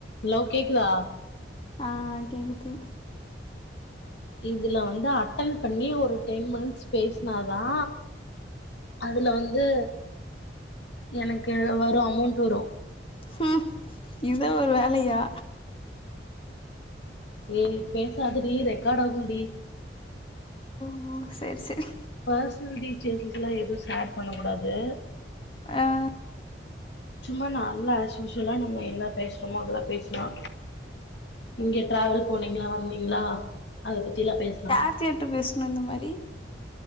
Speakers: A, on the left (about 75°); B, on the left (about 30°).
A: hello கேக்குதா
B: ஆ கேக்குது
A: இதுல வந்து அட்டன் பண்ணி ஒரு டென் மினிட்ஸ் பேசுனாதா அதுல வந்து எனக்கு வரு அமௌண்ட் வரும்
B: ம் இதா ஒரு வேலையா
A: ஏய் பேசாத டி ரெக்கார்ட் ஆகு டி
B: ஓ சேர் சேரி
A: பர்சனல் டீட்டெயில்ஸ்லா எதுவும் ஷேர் பண்ணக்கூடாது
B: ஆ
A: <inaudible> சும்மா நார்மலா அசூசலா நம்ம என்ன பேசுறோமோ அதெல்லா பேசலா இங்க டிராவல் போனீங்களா வந்தீங்களா அத பத்தி எல்லா பேச
B: டார்ச்சு எட்டு பேசணு இந்த மாரி